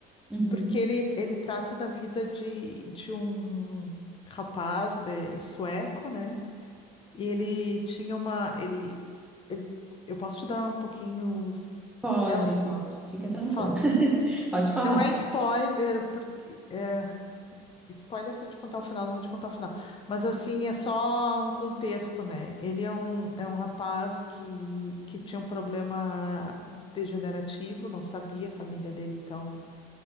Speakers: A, in the centre; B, on the left.
A: Uhum.
B: Porque ele, ele trata da vida de, de um rapaz de sueco, né? E ele tinha uma. Ele, ele- eu posso te dar um pouquinho.
A: Pode,
B: É um-
A: pode. Fica tranquila.
B: fa-
A: <laughs> Pode falar.
B: não é spoiler, porque. é, spoiler se eu te contar o final, não vou te contar o final. Mas assim, é só um contexto, né? Ele é um, é um rapaz que, que tinha um problema degenerativo, não sabia, a família dele, então.